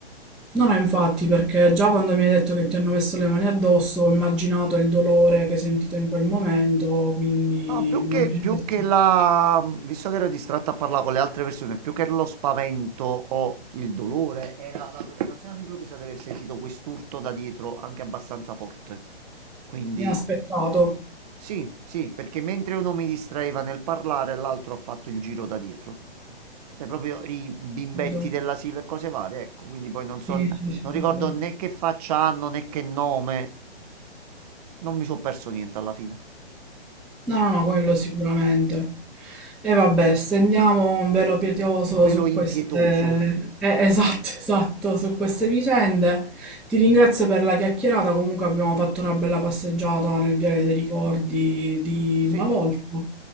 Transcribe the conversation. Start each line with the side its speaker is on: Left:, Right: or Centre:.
Centre: No, no, infatti, perché già quando mi hai detto che ti hanno messo le mani addosso, ho immaginato il dolore che hai sentito in quel momento, quindi
Right: Ah, più
Centre: immagino
Right: che, più
Centre: che-
Right: che la... Visto che ero distratto a parlare con le altre persone, più che lo spavento o il dolore, era la preoccupazione all'improvviso di aver sentito quest'urto da dietro anche abbastanza forte. Quindi,
Centre: inaspettato.
Right: sì, sì, perché mentre uno mi distraeva nel parlare, l'altro ha fatto il giro da dietro. Cioè, proprio i bimbetti
Centre: capito?
Right: dell'asilo e cose varie, ecco. Quindi poi non so,
Centre: Sì, sì, sì,
Right: non
Centre: sì,
Right: ricordo
Centre: sì.
Right: né che faccia hanno né che nome. Non mi sono perso niente alla fine.
Centre: No, no, no, quello sicuramente. E vabbè, stendiamo un velo pietoso
Right: Un velo
Centre: su
Right: impietoso.
Centre: queste... eh, esatto, <laughs> esatto, su queste vicende. Ti ringrazio per la chiacchierata, comunque abbiamo fatto una bella passeggiata nel Viale dei Ricordi di
Right: Sì,
Centre: una volta.